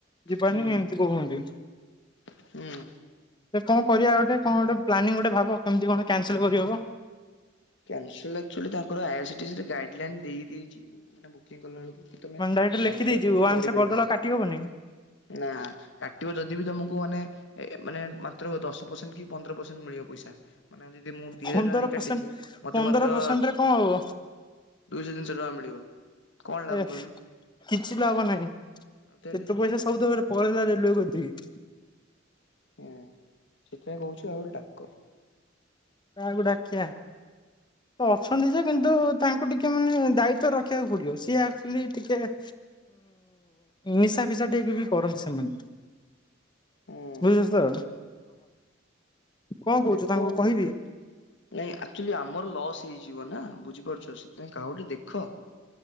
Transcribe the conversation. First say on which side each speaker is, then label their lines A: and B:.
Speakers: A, on the left; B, on the left.
A: ଯିବାନି
B: ହୁଁ
A: ଏମିତି କହୁଅନ୍ତି।
B: ହୁଁ।
A: ସେ କଣ କରିବା ଗୋଟେ? କଣ ଗୋଟେ ଫ୍ଳାନିଙ୍ଗ ଗୋଟେ ଭାବ କେମିତି କଣ କ୍ୟାନସଲ କରିହବ?
B: କ୍ୟାନସଲ ଆକଚୁଆଲି ତାଙ୍କର ଆଇଆସିଡ଼ିଏସ ରେ ଗାଇଡ ଲାଇନ ଦେଇ ଦେଇଛି। କାହିନା ବୁକିଂ କଲା ବେଳକୁ କି ତମେ
A: ମାନେ ଡାଇରେକ୍ଟ
B: କ୍ୟାନସଲ
A: ଲେଖିଦେଇଛି
B: ସେମତି
A: ୱାନ୍ସ
B: କରିପାରିବନି।
A: କରିଦେଲେ ଆଉ କାଟି ହବନି
B: ନା। କାଟିବ ଯଦି ବି ତମକୁ ମାନେ ମାନେ ମାତ୍ର ଦଶ ପରସେଣ୍ଟ କି ପନ୍ଦର ପରସେଣ୍ଟ ମିଳିବ ପଇସା। ମାନେ ଯଦିମୂଁ ଦି ହଜାର
A: ପନ୍ଦର
B: ଟଙ୍କା ଦେଇ
A: ପରସେଣ୍ଟ
B: କାଟିଛିି ମତେ
A: ପନ୍ଦର
B: ମାତ୍ର
A: ପରସେଣ୍ଟରେ କଣ ହବ
B: ଦୁଇଶହ ତିନିଶହ ଟଙ୍କା ମିଳିବ। କଣ ଲାଭ
A: ଏ
B: କହିଲ
A: କିଛି ବି ଲାଭ ନାହିଁ
B: ଆଉ ତାହେଲେ
A: ଏତେ ପଇସା ସବୁତକରେ ପଳେଇଲା ରେଲୱେ କତିକି।
B: ହୁଁ। ସେଥିପାଇଁ କହୁଛି ଆଉ ଗୋଟେ ଡାକ।
A: କାହାକୁ ଡାକିଆ? ଅଛନ୍ତି ଯେ କିନ୍ତୁ ତାଙ୍କୁ ଟିକେ ମାନେ ଦାୟିତ୍ଵ ରଖିବାକୁ ପଡିବ। ସିଏ ଆଚୁଆଲି ଟିକେ ଉଁ, ନିଶା ଫିସା ଦେଇକି ବି କରନ୍ତି ସେମାନେ।
B: ହୁଁ
A: ବୁଝିହଛିତ? କଣ କହୁଛୁ
B: ଦେଖ
A: ତାଙ୍କୁ
B: ଆଉ
A: କହିବି?
B: ଟିକେ ନାଇଁ ଆଚୁଆଲି ଆମର ଲସ୍ ହେଇଯିବ ନା ବୁଝିପାରୁଛ। ସେଥିପାଇଁ କାହାକୁ ଟିକେ ଦେଖ?